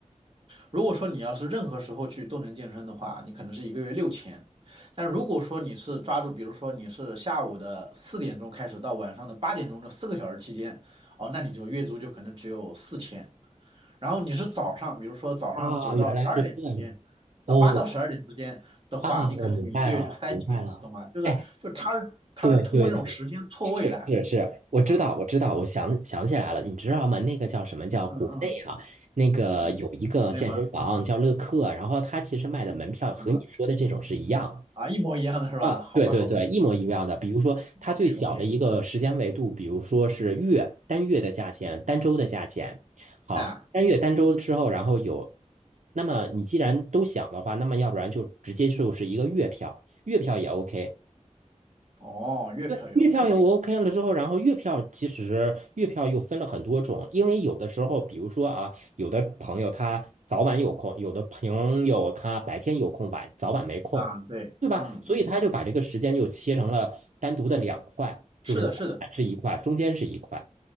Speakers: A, on the right (about 40°); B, on the right (about 70°).
A: 如果说你要是任何时候去动能健身的话，你可能是一个月六千。但如果说你是抓住，比如说你是下午的四点钟开始到晚上的八点钟这四个小时期间，哦，那你就月租就可能只有四千。然后你是早上，比如说早上九到十二点之间，
B: 啊，原来是这样。
A: 啊，
B: 哦，
A: 八到十二点之间的话，
B: 啊，
A: 你可能就一个月就三千，
B: 我明白了，明白了。
A: 懂吗？就是就是他
B: 哎，
A: 他是通过这种时间错位来
B: 对对对，是是是，我知道，
A: 啊，
B: 我知道，我想想起来了，
A: 嗯
B: 你知道吗？那个叫什么叫国内啊？
A: 嗯嗯
B: 那个有一个健身房叫乐客，
A: 嗯，那么
B: 然后他其实卖的门票和你说的这种是一样。
A: 怎么了？啊，一模一样的是吧？
B: 啊，
A: 好吧好吧
B: 对对对，一模一样的。比如说，它最小的一个时间维度，
A: ，OK OK。
B: 比如说是月，单月的价钱，单周的价钱。好，
A: 啊，
B: 单月单周之后，然后有，那么你既然都想的话，那么要不然就直接就是一个月票，月票也 OK。
A: 哦，月票也
B: 对，月票有
A: OK
B: OK 了之后，然后月票其实月票又分了很多种，因为有的时候，比如说啊，有的朋友他早晚有空，有的朋友他白天有空，晚早晚没空，
A: 啊，对，
B: 对吧？
A: 嗯嗯，
B: 所以他就把这个时间就切成了单独的两块，就是早晚是一块，
A: 是的，是的，
B: 中间是一块。